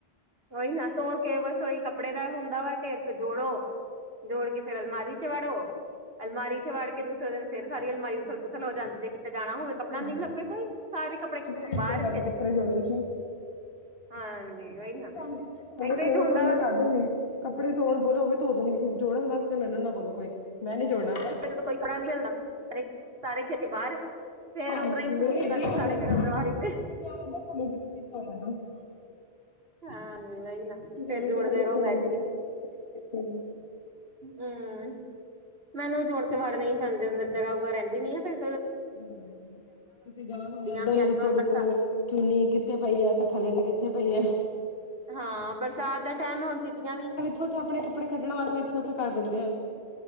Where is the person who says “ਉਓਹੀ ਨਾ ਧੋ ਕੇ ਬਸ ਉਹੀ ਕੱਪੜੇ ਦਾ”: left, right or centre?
Right